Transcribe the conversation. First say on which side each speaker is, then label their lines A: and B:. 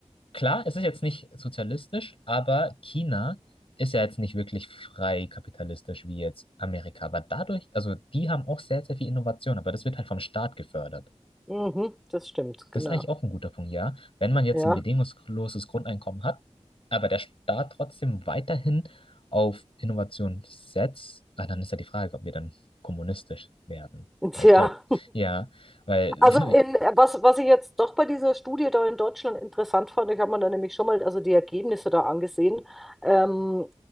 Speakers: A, on the left (about 55°); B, in the centre.
A: klar, es ist jetzt nicht sozialistisch, aber China ist ja jetzt nicht wirklich frei kapitalistisch wie jetzt Amerika. Aber dadurch, also die haben auch sehr, sehr viel Innovation, aber das wird halt vom Staat gefördert.
B: Mhm. Das stimmt, genau.
A: Das ist eigentlich auch ein guter Punkt, ja. Wenn man jetzt
B: Ja.
A: ein bedingungsloses Grundeinkommen hat, aber der Staat trotzdem weiterhin auf Innovation setzt, ah, dann ist ja die Frage, ob wir dann kommunistisch werden.
B: <laughs> Tja.
A: Weil ich glaube, ja, weil
B: Also in,
A: <laughs>
B: was, was ich jetzt doch bei dieser Studie da in Deutschland interessant fand, ich habe mir da nämlich schon mal also die Ergebnisse da angesehen. Ähm,